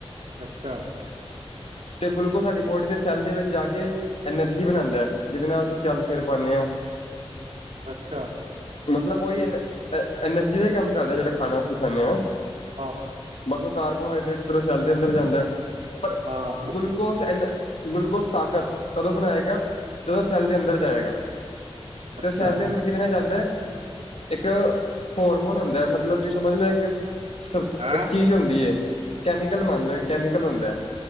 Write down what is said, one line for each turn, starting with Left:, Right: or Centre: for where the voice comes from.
Right: ਅੱਛਾ
Left: ਹ <unintelligible> ਤੇ ਗਲੂਕੋਸ ਸਾਡੀ ਬੋਡੀ ਦੇ ਸੈੱਲ ਦੇ ਵਿੱਚ ਜਾ ਕੇ, ਐਨਰਜੀ ਬਣਾਉਂਦਾ ਹੈ, ਜਿਹਦੇ ਨਾਲ ਅਸੀਂ ਚੱਲ ਫਿਰ ਪਾਉਦੇ ਹਾਂ,
Right: ਅੱਛਾ
Left: ਮਤਲਬ ਉਹੀ ਹੈ ਨਾ ਐਨਰਜੀ ਦਾ ਹੀ ਕੰਮ ਕਰਦਾ, ਜਿਹੜਾ ਖਾਣਾ ਅਸੀਂ ਖਾਂਦੇ ਹਾਂ।
Right: ਹਾਂ
Left: ਬਸ ਉਹ ਕਾਰਬੋਹਾਈਡਰੇਟ, ਫਿਰ ਔ ਸੈਲ ਦੇ ਅੰਦਰ ਜਾਂਦਾ ਹੈ, ਪਰ
Right: ਹਾਂ
Left: ਗਲੂਕੋਸ ਐ, ਗਲੂਕੋਸ ਤਾਕਤ ਕਦੋਂ ਬਣਾਏਗਾ, ਜਦੋਂ ਸੈੱਲ ਦੇ ਅੰਦਰ ਜਾਏਗਾ, ਤੇ
Right: ਅੱਛਾ
Left: ਉਹ ਸੈੱਲ ਦੇ ਅੰਦਰ ਕਿਦੇ ਨਾਲ ਜਾਂਦਾ, ਇੱਕ ਹੋਰਮੋਨ ਹੁੰਦਾ, ਮਤਲਬ ਤੁਸੀਂ ਸਮਝ ਲਓ ਇੱਕ ਸ
Right: ਹੈਂ
Left: ਇੱਕ ਚੀਜ਼ ਹੁੰਦੀ ਹੈ, ਕੈਮੀਕਲ ਮੰਨ ਲਓ, ਇਕ ਕੈਮੀਕਲ ਹੁੰਦਾ